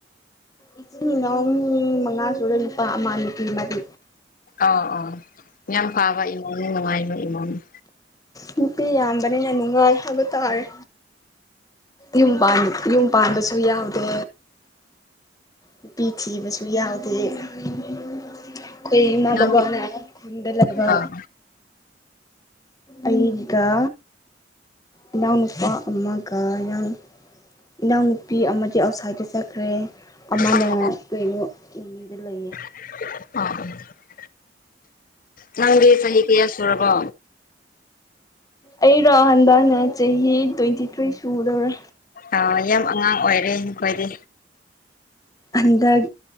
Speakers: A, on the left; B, on the left.
A: ꯏꯆꯤꯟ ꯏꯅꯥꯎ ꯃꯤ ꯃꯉꯥ ꯁꯨꯔ ꯅꯨꯄꯥ ꯑꯃ ꯅꯨꯄꯤ ꯃꯔꯤ꯫
B: ꯑꯥ ꯑꯣ ꯌꯥꯝ ꯐꯥꯕ ꯏꯃꯨꯡꯅꯤ ꯅꯨꯡꯉꯥꯏꯕ ꯏꯃꯨꯡꯅꯤ꯫
A: ꯅꯨꯄꯤ ꯌꯥꯝꯕꯅꯤꯅ ꯅꯨꯡꯉꯥꯏ ꯍꯥꯏꯕ ꯇꯥꯔꯦ ꯌꯨꯝ ꯄꯥꯟꯅꯤ꯫ ꯌꯨꯝ ꯄꯥꯟꯕꯁꯨ ꯌꯥꯎꯗꯦ ꯅꯨꯄꯤ ꯊꯤꯕꯁꯨ ꯌꯥꯥꯎꯗꯦ ꯑꯩꯈꯣꯏ ꯏꯃ
B: ꯅꯪꯗꯤ
A: ꯕꯕꯥꯅ ꯈꯨꯨꯟꯗ ꯂꯩꯕ꯫
B: ꯑꯥ
A: ꯑꯩꯒ ꯏꯅꯥꯎ ꯅꯨꯄꯥ ꯑꯃꯒ ꯏꯅꯥꯎꯅꯨꯄꯤ ꯑꯃꯗꯤ ꯑꯥꯎꯠꯁꯥꯏꯗ ꯆꯠꯈ꯭ꯔꯦ ꯑꯃꯅ
B: ꯑꯧ
A: ꯀꯩꯅꯣ ꯎꯅꯤꯗ ꯂꯩꯌꯦ
B: ꯑ ꯅꯪꯗꯤ ꯆꯍꯤ ꯀꯌꯥ ꯁꯨꯔꯕꯣ
A: ꯑꯩꯔꯣ ꯍꯟꯗꯥꯅ ꯆꯍꯤ ꯇ꯭ꯋꯦꯟꯇꯤ ꯊ꯭ꯔꯤ ꯁꯨꯗꯔꯦ
B: ꯑ ꯌꯥꯝ ꯑꯉꯥꯡ ꯑꯣꯏꯔꯦ ꯅꯈꯣꯏꯗꯤ
A: ꯍꯟꯗꯛ